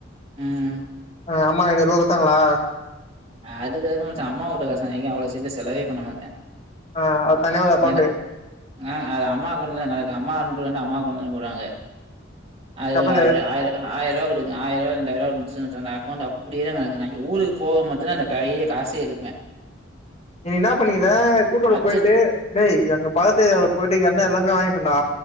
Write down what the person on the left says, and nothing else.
ஆ அம்மா எட ரூவா குத்தாங்களா
ஆ அது தனியாவது அக்கௌண்ட்டு
எப்ப
எனக்கு என்னா பண்ணிக்கிற கூட் ரோடு
போயிட்டு டேய் எங்க பகத்து ஏரியால போயிட்டு எண்ண எல்லாமே வாங்கிட்டேண்டா